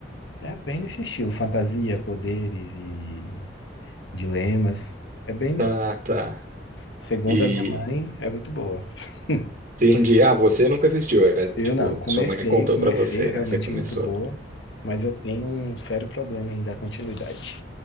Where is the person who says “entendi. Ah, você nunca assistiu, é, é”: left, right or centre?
Right